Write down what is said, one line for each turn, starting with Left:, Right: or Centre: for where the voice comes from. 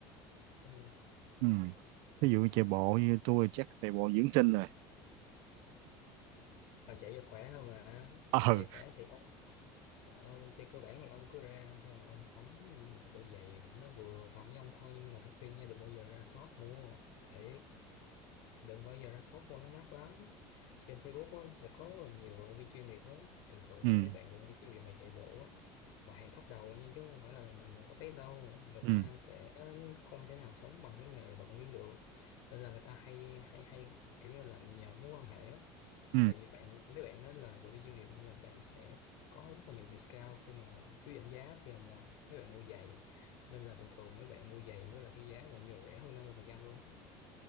Left: Ừ.
Right: ừ. ví dụ như chạy bộ như tôi chắc chạy bộ dưỡng tinh rồi
Left: Ờ, chạy cho khỏe hơn mà
Right: ờ
Left: chạy khỏe thì ok Ờ, thì cơ bản thì ông cứ ra xong rồi ông sắm một đôi giày mà nó vừa tầm với ông thôi nhưng mà tôi khuyên nha đừng bao giờ ra shop mua thế đừng bao giờ ra shop mua nó mắc lắm trên Facebook á, sẽ có rất là nhiều vận động viên chuyên nghiệp á thường thường
Right: ừ
Left: là mấy bạn vận động viên chuyên nghiệp mà chạy bộ á mà hàng top đầu nha chứ không phải là, là, là top S đâu người
Right: ừ
Left: ta sẽ không thể nào sống bằng cái nghề vận động viên được nên là người ta hay hay hay kiểu như là nhờ mối quan hệ á,
Right: ừ
Left: tại vì bạn mấy bạn đó là bởi vì doanh nghiệp nên là bạn sẽ có rất là nhiều discount khi mà phiếu giảm giá khi mà mấy bạn mua giày nên là thường thường mấy bạn mua giày với là cái giá gần như là rẻ hơn 50 phần trăm luôn